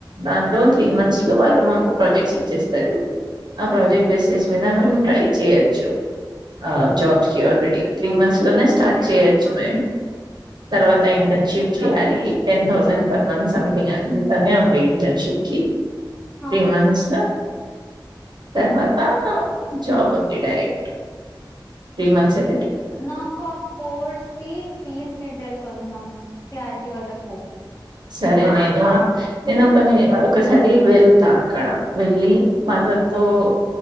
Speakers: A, on the right; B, on the left.
A: దానిలో త్రీ మంత్స్ లో వాళ్ళు మాకు ప్రాజెక్ట్స్ ఇచ్చేస్తారు ఆ ప్రాజెక్ట్ బేసిస్ మీద మేము ట్రై చేయొచ్చు ఆ జాబ్స్ కి ఆల్రెడీ త్రీ మంత్స్ లోనే చెయ్యొచ్చు మేము తర్వాత ఇంటర్ షిప్ చేయాలి ten thousand per month something అంతానే ఉండంది ఇంటర్ షిప్ కి
B: హా
A: త్రీ మంత్స్ తర్వాత జాబ్ ఉంది డైరెక్ట్ త్రీ మంత్స్ అ
B: నాకు ఆ కోర్స్ కి ఫీజ్ డీటెయిల్ కొంచం ఆమ్ క్లారిటీగా చెప్పు
A: సరే నేను నేనుని ఒకసారి వెళ్తా అక్కడ వెళ్ళి మాటలతో ఓ